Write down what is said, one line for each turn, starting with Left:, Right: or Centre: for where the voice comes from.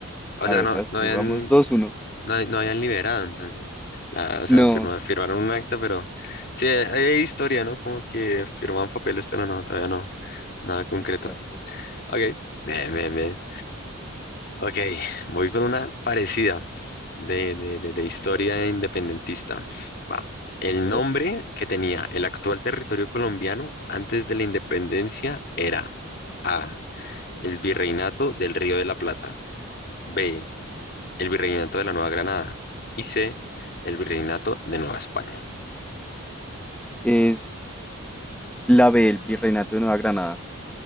Left: O
Centre: A
Left: sea,
Centre: ver,
Left: no,
Centre: vas
Left: no
Centre: tú,
Left: habían
Centre: vamos dos, uno.
Left: no, no habían liberado, entonces, la, o sea,
Centre: No,
Left: firma- firmaron un acta, pero sí, hay historia, ¿no? Como que firmaban papeles, pero no, todavía no, nada concreto.
Centre: exacto. sí.
Left: Ok, bien, bien, bien. Ok, voy con una parecida de, de, de, de
Centre: Oh
Left: historia
Centre: my God.
Left: independentista. Va. El
Centre: A ver.
Left: nombre que tenía el actual territorio colombiano antes de la independencia era A. El Virreinato del Río de la Plata. B. el Virreinato de la Nueva Granada y C, el Virreinato de Nueva España.
Centre: Es La B, el Virreinato de Nueva Granada.